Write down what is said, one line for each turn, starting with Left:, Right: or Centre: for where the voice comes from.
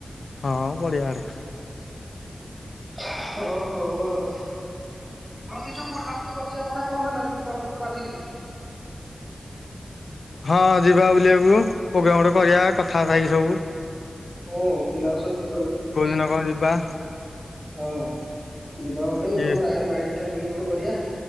Left: ହଁ ପଢିଆଡେ
Centre: ହ ହୋ ଆଉ ଆ ଯୋଉ ବୁଲାବୁଲି କରଛି କଥା କଣ ହେଲା ଯ ଯିବା କହୁଥିଲଥିଲୁ ରାଜଗିରି
Left: ହଁ ଯିବା ବୁଲିବାକୁ ପୋଗ୍ରାମ ଗୋଟେ କରିବା କଥାାର୍ଥାକି ସବୁ
Centre: ଓ ପିଲାଙ୍କ ସ
Left: କୋଉ ଦିନ କଣ ଯିବା
Centre: ହଁ ଯିବା ଗୋଟେ
Left: କିଏ
Centre: ଏପ ନାଇ ଟ ପି ଗୋଟେ କରିବା